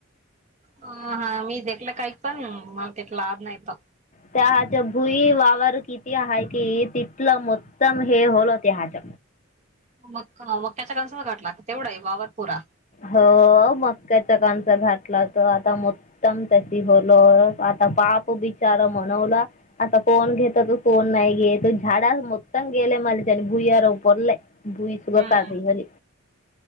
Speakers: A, on the right; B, on the left.
A: ह हा मी देक्ला काय पण मला तेतला आद नाहीत
B: त्याहच भुई वावर किती आहे कि तिथलं मोत्तम हे होल त्याह्याच
A: म मक्क मक्याच कनस घाटला तेवढ य वावरपुरा
B: हो मक्काच कनस घातला त आता मोतम त्य होल आता पाप बिचार म्हनवला आता कोण घेतात कोण नाही घेत झाडा मत गेले मलच्या आणि भूई्यार पुरले भुईसगा
A: हम्म
B: काजही हेले